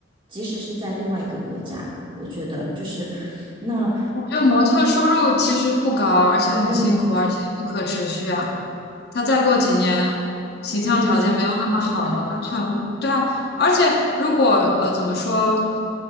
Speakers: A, on the right; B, on the left.
A: 即使是在另外一个国家，我觉得就是那
B: 我觉得模特收入其实不高，而且很辛苦，
A: 真的吗？嗯
B: 而且不可持续啊。他再过几年，形象条件没有那么好了，
A: 就是吃青春饭。
B: 完全对啊。而且如果呃怎么说，